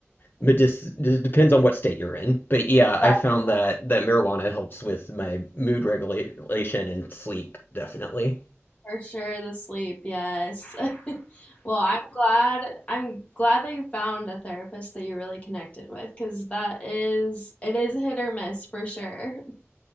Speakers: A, on the left (about 45°); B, on the left (about 25°).
A: medic- it depends on what state you're in, but yeah, I
B: Yeah,
A: found
B: exactly.
A: that that marijuana helps with my mood regulation and sleep, definitely.
B: For sure, the sleep, yes. <laughs> Well, I'm glad I'm glad that you found a therapist that you really connected with because that is it is hit or miss for sure. <laughs>